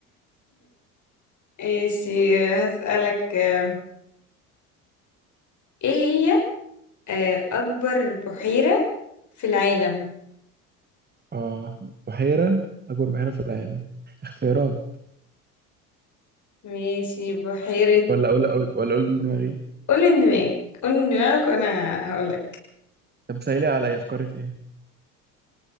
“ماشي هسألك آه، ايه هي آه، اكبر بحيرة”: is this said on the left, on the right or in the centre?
Left